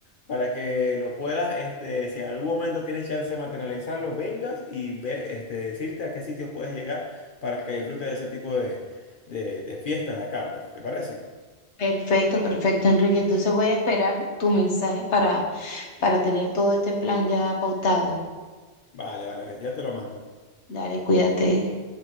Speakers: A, on the left; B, on the left.
A: Para que lo puedas, este, si en algún momento tienes chance de materializarlo, vengas y ve, este, decirte a qué sitios puedes llegar para que disfrutes de ese tipo de, de, de fiestas de acá, pues. ¿Te parece?
B: Perfecto, perfecto, Enrique. Entonces voy a esperar tu mensaje para, para tener todo este plan ya pautado.
A: Vale, vale, vale, ya te lo mando.
B: Dale, cuídate.